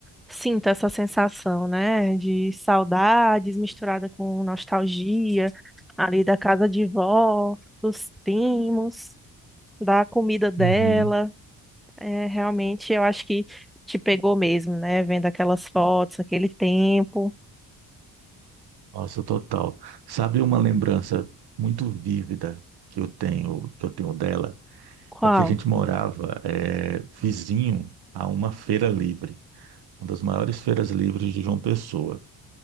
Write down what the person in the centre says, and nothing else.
sinto essa sensação, né? De saudades misturada com nostalgia ali da casa de vó, dos primos. da comida dela.
É, realmente, eu acho que te pegou mesmo, né? Vendo aquelas fotos, aquele tempo.
Qual?